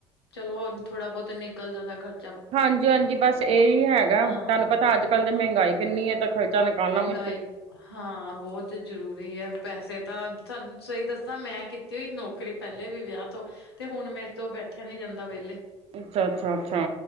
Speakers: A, on the left (about 80°); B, on the right (about 50°).
A: ਚਲੋ ਥੋੜਾ ਬਹੁਤ ਨਿਕਲ ਜਾਂਦਾ ਖਰਚ
B: ਹਾਂਜੀ-ਹਾਂਜੀ। ਬਸ ਇਹ ਹੀ ਹੈਗਾ,
A: ਹਾਂ
B: ਤਾਨੂੰ ਪਤਾ ਅੱਜ ਕੱਲ ਤੇ ਮਹਿੰਗਾਈ ਕਿੰਨੀ ਐ ਤਾਂ ਖਰਚਾ ਨਿਕਾਲਣਾ ਮ
A: ਤਾਈ, ਹਾਂ ਬਹੁਤ ਜ਼ਰੂਰੀ ਐ, ਪੈਸੇ ਤਾਂ ਤਾਨੂੰ ਸਹੀ ਦੱਸਾਂ ਮੈਂ ਕੀਤੀ ਹੋਈ ਨੌਕਰੀ ਪਹਿਲੇ ਵੀ ਵਿਆਹ ਤੋਂ, ਤੇ ਹੁਣ ਮੇਰੇ ਤੋਂ ਬੈਠ ਠਿਆ ਨੀ ਜਾਂਦਾ ਵਿਹਲੇ।
B: ਅੱਛਾ-ਅੱਛਾ ਅੱਛਾ।